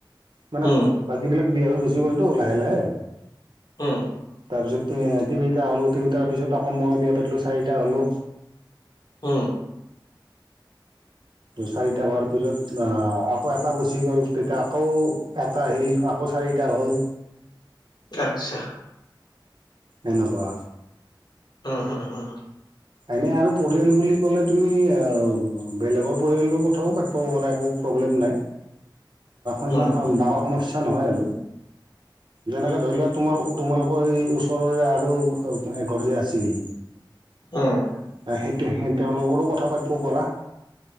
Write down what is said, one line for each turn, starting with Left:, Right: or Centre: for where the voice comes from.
Right: মানে
Left: উম,
Right: বাকীবিলাক বিয়া হৈ গুচি গ'লতো লাহে লাহে।
Left: উম,
Right: তাৰ পিছত তিনিটা হ'লও তিনিটাৰ পিছত। আকৌ মই বিয়া পাতিলো চাৰিটা হ'লো।
Left: উম।
Right: চাৰিটা হোৱাৰ পিছত অ' আকৌ এটা গুচি গ'ল তেতিয়া আকৌ এটা আহিল। আকৌ চাৰিটা হ'ল।
Left: আচ্ছা।
Right: এনেকা।
Left: হ হা হা।
Right: এনে আৰু পৰিয়াল বুলি ক'লে তুমি অ' বেলেগৰ পৰিয়ালৰ কথাও পাতিব পাৰা। প্ৰলেম ডা নহ <unintelligible>
Left: উম,
Right: যেনেকে ধৰি লোৱা তোমাৰ তোমালোকৰ এই ওচৰৰে আৰু এঘৰ যে আছিল।
Left: অ'।
Right: সেইটো সেইটোৱে এ তেওঁলোকৰো কথা পাতব পাৰা।